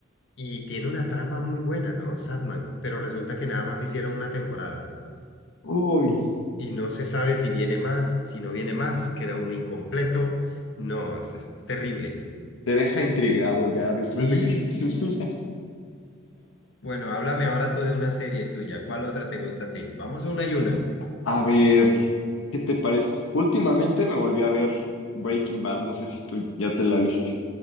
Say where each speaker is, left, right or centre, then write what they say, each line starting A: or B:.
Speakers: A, on the left; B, on the left.
A: Y tiene una trama muy buena, ¿no? Satman, pero resulta que nada más hicieron una temporada.
B: Uy,
A: Y no se sabe si viene más, si no viene más, queda uno incompleto. No, es, es terrible.
B: te deja intrigado ya después
A: Sí,
B: de que
A: sí.
B: <laughs> termina.
A: Bueno, háblame ahora tú de una serie tuya. ¿Cuál otra te gusta a ti? Vamos una y una.
B: A ver,
A: <clears throat>
B: ¿qué te parece? Últimamente me volví a ver Breaking Bad, no sé si tú ya te la viste.
A: Uh,